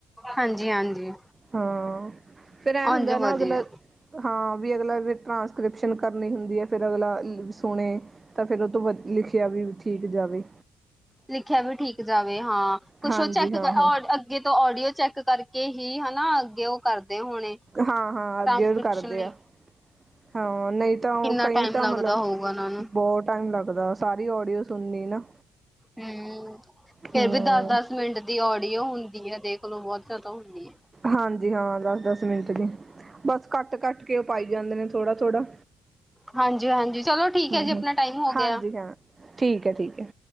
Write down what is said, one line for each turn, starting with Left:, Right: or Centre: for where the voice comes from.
Centre: ਹਾਂਜੀ ਹਾਂਜੀ।
Right: ਹਾਂ। ਫੇਰ ਐਂ ਹੁੰਦਾ
Centre: ਉਝ
Right: ਨਾ
Centre: ਵਧੀਆ
Right: ਅਗਲਾ ਹਾਂ ਵੀ ਅਗਲਾ ਫਿਰ ਟਰਾਂਸਕ੍ਰਿਪਸ਼ਨ ਕਰਨੀ ਹੁੰਦੀ ਹੈ ਫਿਰ ਅਗਲਾ ਸੁਣੇ, ਤਾਂ ਫਿਰ ਉਹ ਤੋਂ ਵ ਲਿਖਿਆ ਵੀ ਠੀਕ ਜਾਵੇ।
Centre: ਲਿਖਿਆ ਵੀ ਠੀਕ ਜਾਵੇ। ਹਾਂ, ਕੁਛ
Right: ਹਾਂਜੀ
Centre: ਉਹ ਚੈੱਕ
Right: ਹਾਂ ਹਾਂ
Centre: ਅੱਗੇ ਤੋਂ ਆਡੀਓ ਚੈੱਕ ਕਰਕੇ ਹੀ ਹਨਾ ਅੱਗੇ ਉਹ ਕਰਦੇ ਹੋਣੇ
Right: ਹਾਂ ਹਾਂ,
Centre: ਟ੍ਰਾਂਸਕ੍ਰਿਪਸ਼ਨ
Right: ਅੱਗੇ ਕਰਦੇ
Centre: ਲਈ
Right: ਆ ਹਾਂ, ਨਹੀਂ ਤਾਂ ਉਹ
Centre: ਕਿੰਨਾ
Right: ਕਈ
Centre: ਟਾਈਮ
Right: ਤਾਂ
Centre: ਲੱਗਦਾ
Right: ਮਤਲਬ,
Centre: ਹੋਊਗਾ ਉਹਨਾਂ ਨੂੰ
Right: ਬਹੁਤ ਟਾਈਮ ਲੱਗਦਾ ਸਾਰੀ ਓਡੀਓਸ ਸੁਨੀ ਨਾ
Centre: ਹਮ, ਫੇਰ
Right: ਹਮ
Centre: ਵੀ ਦਸ ਦਸ ਮਿੰਟ ਦੀ ਓਡੀਓ ਹੁੰਦੀ ਆ ਦੇਖ ਚਲੋਂ ਬਹੁਤ ਜ਼ਿਆਦਾ ਹੁੰਦੀ ਹੈ।
Right: ਹਾਂਜੀ ਹਾਂ ਦਸ -ਦਸ ਮਿੰਟ ਦੀ ਬਸ ਕੱਟ ਕੱਟ ਕੇ ਉਹ ਪਾਈ ਜਾਂਦੇ ਨੇ ਥੋੜ੍ਹਾ ਥੋੜ੍ਹਾ
Centre: ਹਾਂਜੀ ਹਾਂਜੀ ਚਲੋ ਠੀਕ
Right: ਹਾਂ
Centre: ਹੈ ਜੀ ਆਪਣਾ
Right: ਹਾਂ
Centre: ਟਾਈਮ ਹੋ
Right: ਹਾਂਜੀ
Centre: ਗਿਆ।
Right: ਹਾਂ ਠੀਕ ਹੈ ਠੀਕ ਹੈ